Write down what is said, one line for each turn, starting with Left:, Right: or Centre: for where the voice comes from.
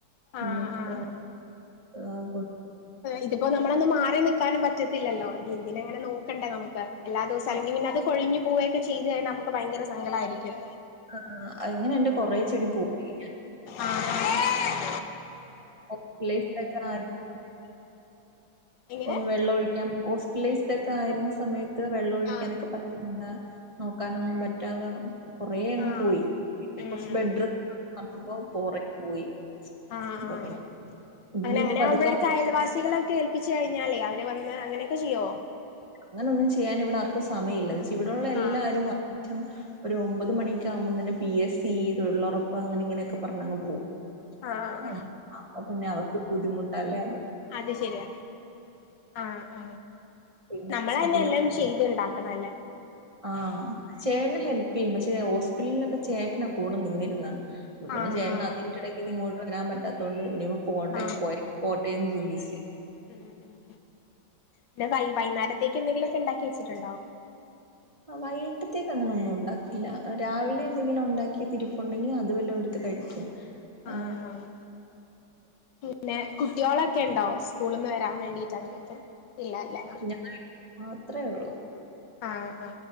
Left: ആഹ്
Right: ന്നൊക്കെ
Left: ആഹ്
Right: പറഞ്ഞ ആഹ്
Left: ഇതിപ്പോ നമ്മളൊന്ന് മാറി നിക്കാനും പറ്റു ത്തില്ലല്ലോ ഇതിനെങ്ങനെ നോക്കണ്ടേ നമക്ക് എല്ലാ ദിവസവും
Right: ആ,
Left: അല്ലെങ്കിൽ പിന്ന അത് കൊഴുഞ്ഞു പോവയൊക്കെ ചെയ്തു കഴിഞ്ഞാൽ നമുക്ക് ഭയങ്കരങ്കടമായിരിക്കും
Right: ആഹ എങ്ങന എന്റെ കൊറെ ചെടി പോയി
Left: ആഹ് ആഹ്
Right: ഹോസ്പിറ്റലൈസിഡ് ആയിരു <unintelligible>
Left: എങ്ങനെ
Right: ഒന്ന് വെള്ളം ഒഴിക്കാൻ ലെയ്‌സിഡ് ആയിരുന്ന സമയത്ത് ഇ വെള്ളം ഒഴിക്കാനൊക്കെ
Left: ആഹ്
Right: പറ്റുന്ന നോക്കാനൊന്നും പറ്റാതെ കൊറെ അങ്ങ്
Left: ആഹ്
Right: പോയി
Left: ഉം
Right: കൊറച്ച് ബെഡ് റെസ്‌റ്റ് ഒക്കെ പോയി
Left: ആഹ്
Right: അപ്പൊ
Left: ആഹ
Right: പിന്നെ
Left: അങ്ങനെ
Right: ഇനിയിപ്പ
Left: അങ്ങനെ
Right: പതുക്കെ
Left: ആവുമ്പോഴേക്കെ അയൽവാസികളൊക്കെ ഏൽപ്പിച്ചു കഴിഞ്ഞ ഞ്ഞാലേ അവര് വന്ന് അങ്ങനെയൊക്കെ ചെയ്യുവോ
Right: അങ്ങനെ ഒന്നും ചെയ്യൻ ഇവിടെ ആർക്കും സമയമല്ല ഇവിടെയുള്ള എല്ലാരും
Left: ആഹ്
Right: ഒരു ഒമ്പത് മണിയെക്ക ആകുമ്പോൾ തന്നെ പി എസ് സി തൊഴിലുറപ്പ് അങ്ങനെ ഇങ്ങനെയൊക്കെ പറഞ്ഞങ്ങ് പോകും
Left: ആഹ്
Right: ആഹ അൊ പിന്നെ അവർക്ക്ൊരു ബുദ്ധിമുട്ട പ അല്ലെെ
Left: അത് ശരിയാ ആ, ആ
Right: പിന്നെ
Left: നമ്മളന്നെ എല്ലാം ചെയ്തു ഉണ്ടാക്കണം, അല്ലേ
Right: ആ, ചേട്ടൻ ഹെൽപ് ചെയ്യും, പക്ഷെ ഹോസ്പിറ്റലിലൊക്കെ ചേട്ടന കൂടെ നിന്നിരുന്ന പിന്ന
Left: ആഹ്
Right: ചേട്ടന്
Left: ആഹ്
Right: അതിന്റെ ഇടയ്ക്ക്ന്ന് ഇങ്ങോട്ട് വരാൻ പറ്റ ഇാല്ലാത്തൊണ്ട് ഇനിയിപ്പം ഫുഡ പോട്ടെ
Left: ആഹ്
Right: പോ, പോട്ടെന്ന് ചിന്തിച്ച്.
Left: ആഹ് ഉം ഉം പിന്നെ വൈ വൈയ്യിന്നേരത്തേക്ക് എന്തെങ്കിലുമൊക്കെ ഉണ്ടാക്കി വെച്ചിട്ടുണ്ടോ?
Right: ആ, വൈകട്ടത്തേക്ക് അങ്ങനെ ഒന്നും ഉണ്ടാക്കില്ല, രാവിലെ എന്തെങ്കിലും ഉണ്ടാക്കി ഇരിപ്പൊണ്ടെങ്കിൽ അത് വല്ലതും എടുത്ത് കഴിക്കും. ആ
Left: ആഹ് ആഹ് പിന്നെ കുട്ടികളൊക്കെ ഉണ്ടോ? സ്കൂളിൽ നിന്ന് വരാൻ വേണ്ടീട്ട് അങ്ങനെയൊക്കെ ഇല്ല, അല്ലേ
Right: ഞാൻ മാത്രേ ഉള്ളൂ
Left: ആ, ആ